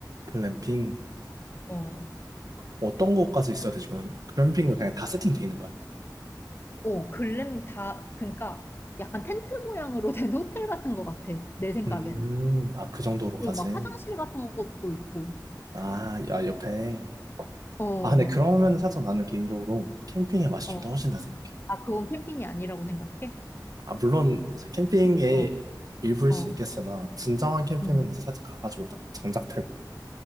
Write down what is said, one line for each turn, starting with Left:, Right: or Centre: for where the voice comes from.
Right: 글램핑.
Left: 어,
Right: 어떤 것까지 있어야 되지, 그럼? 글램핑은 그냥 다 세팅돼 있는 거야?
Left: 오, 글램핑 다, 그러니까 약간 텐트 모양으로 된 <laughs> 호텔 같은 것 같아, 내 생각에는.
Right: 음, 아, 그 정도로까지.
Left: 그리고 막 화장실 같은 것도 있고.
Right: 아, 야, 옆에.
Left: 어,
Right: 아, 근데 그러면은 살짝 나는 개인적으로 캠핑의 맛이
Left: 어.
Right: 좀 떨어진다 생각해.
Left: 아, 그건 캠핑이 아니라고 생각해?
Right: 아, 물론 이제 캠핑의
Left: 어,
Right: 일부일
Left: 어.
Right: 수 있겠으나, 진정한 캠핑은
Left: 음.
Right: 이제 살짝 가가지고 딱 장작 패고.